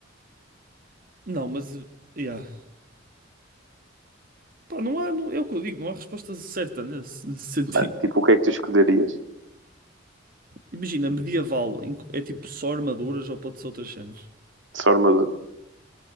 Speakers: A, on the right (about 45°); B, on the right (about 75°).
A: Não, mas. Yeah. Pá, não há, não, é o que eu digo, não há resposta certa nesse, nesse sentido.
B: Mano, tipo, o que é que tu escolherias?
A: Imagina, medieval em que é tipo só armaduras ou pode ser outras cenas.
B: Só armadura.